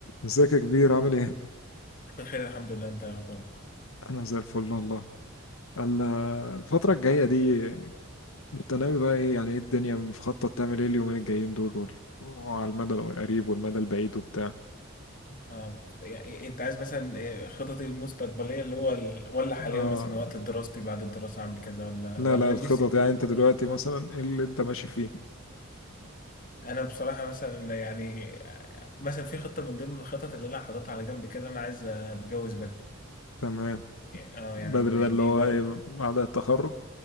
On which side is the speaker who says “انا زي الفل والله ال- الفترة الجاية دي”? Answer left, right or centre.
Left